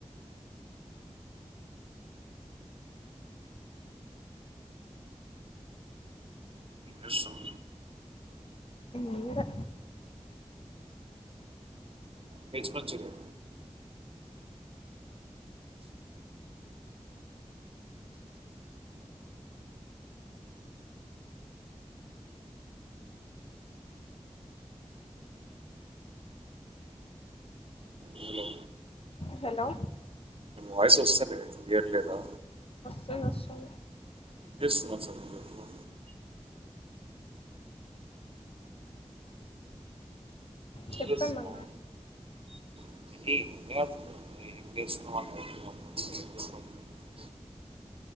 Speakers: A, on the right; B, on the left.
A: ఏం చేస్తాం
B: ఏనుడా
A: veg manchurian hello
B: hello
A: voice ఒస్తలేదు క్లియర్ లేదా
B: నేను ఒస్తలే
A: ఏం చేస్తున్నావు అసలు నువ్వు చెప్పు? ఏం
B: చెప్పండి
A: చేస్తున్నావు
B: అన్న
A: <unintelligible>